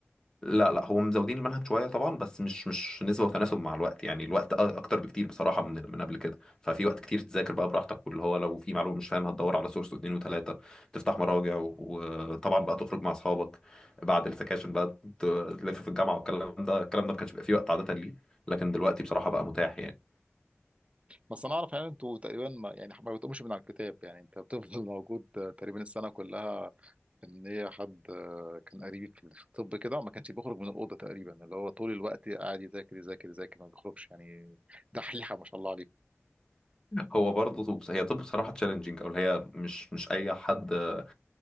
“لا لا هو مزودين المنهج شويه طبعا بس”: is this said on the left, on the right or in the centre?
Left